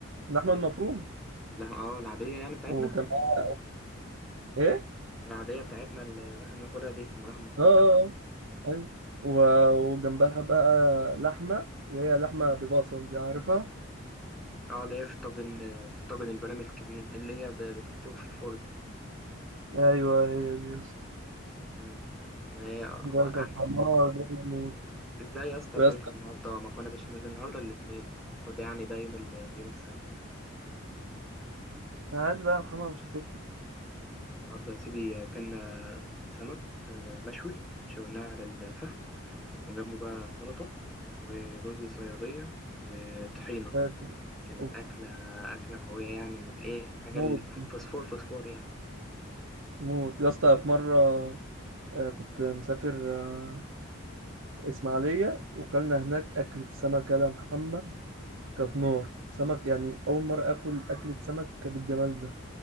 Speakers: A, on the right (about 70°); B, in the centre.
A: اللحمه
B: مم.
A: المفرومه
B: اللحمه اه العاديه يعني بتاعتنا
A: وكان معاها ايه؟
B: العاديه بتاعتنا اللي احنا بناكلها دي ام لحمه مفرومه
A: اه آه، آه. ايوه و- وجنبها بقى لحمه اللي هي لحمه ببصل دي عارفها؟
B: اه اللي هي في الطاجن في الطاجن البرامي الكبير دي اللي هي ب- بتستوي في الفرن
A: ايوه هي دي
B: مم. ما هي آه،
A: ده كان
B: عارف
A: حمار جامد موت
B: ازاي يا اسطى
A: ويا
B: اكلت
A: اسطى
B: النهارده مكرونه بشاميل النهارده الاثنين المفروض يعني ده يوم ال... يوم السبت
A: هات بقى يا محمد مش هتفرق
B: النهاردة يا سيدي أكلنا سمك آه، مشوي شويناه على الفحم وجنبه بقى سلطة ورز صيادية وطحينة
A: هات.
B: كانت
A: اوف
B: أكلة أكلة قوية يعني من الإيه حاجة
A: موت
B: الفوسفور
A: دي
B: فوسفور يعني
A: موت يا اسطى في مرة آه، كنت مسافر آه، إسماعيلية وكلنا هناك أكلة سمك يا محمد كانت نار سمك يعني أول مرة آكل أكلة سمك بالجمال ده